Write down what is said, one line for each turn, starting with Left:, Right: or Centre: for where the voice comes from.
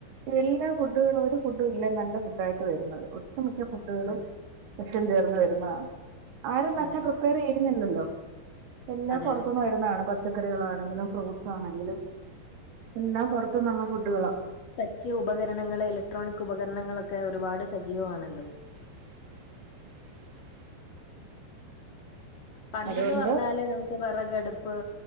Right: എല്ലാ ഫുഡുകളും. ഒരു ഫുഡും ഇല്ല നല്ല ഫുഡ ആയിട്ട് വരുന്നത്. ഒട്ടു മിക്ക ഫുഡുകളും
Left: അതെ
Right: വിഷം ചേർന്ന് വരുന്നതാണ്. ആരും തന്നെ
Left: അതെ
Right: പ്രിപ്പയർ ചെയ്യുന്നില്ലല്ലോ? എല്ലാം
Left: അതെ
Right: പുറത്തുനിന്ന്
Left: അതെ.
Right: വരുന്നതാണ് പച്ചക്കറികളാണ്. ആങ്കില ഫ്രൂട്ട്സ് ആണെങ്കിലും എല്ലാം പുറത് നിന്ന്ള്ള ഫുഡുകളാണ്.
Left: ക്കിയ ഉപകരണങ്ങൾ. ഇലക്ട്രോണിക് ഉപകരണങ്ങളൊക്കെ ഒരുപാട് സജീവമാണല്ലോ. പണ്ടന്ന്
Right: അതുകൊണ്ട്
Left: പറഞ്ഞാല് നമുക്ക് വിറകടുപ്പ്